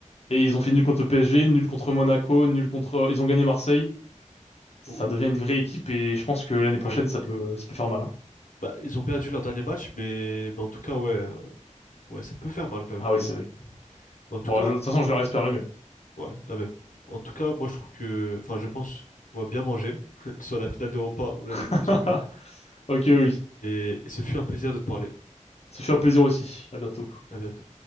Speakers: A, on the left; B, on the left.
A: Et ils ont fait nul contre le PSG, nul contre Monaco, nul contre. euh, Ils ont gagné Marseille. Ça
B: Ou-
A: devient
B: ou-
A: une vraie équipe et je pense que l'année
B: ouais.
A: prochaine, ça peut, ça peut faire mal, hein.
B: Bah, ils ont perdu leur dernier match, mais, mais en tout cas, ouais, euh, ouais, ça peut faire mal quand même.
A: Ah oui,
B: Mais,
A: c'est vrai.
B: mais en tout
A: Bon,
B: cas,
A: je- de toute façon, je leur espère le mieux.
B: ouais, la même. En tout cas, moi, je trouve que, enfin, je pense qu'on va bien manger, <laughs> que ce soit la finale d'Europa ou la Ligue
A: <laughs>
B: des Champions.
A: Ok, oui.
B: Et, et ce fut un plaisir de te parler.
A: Ça fait un plaisir aussi. À bientôt.
B: À bientôt.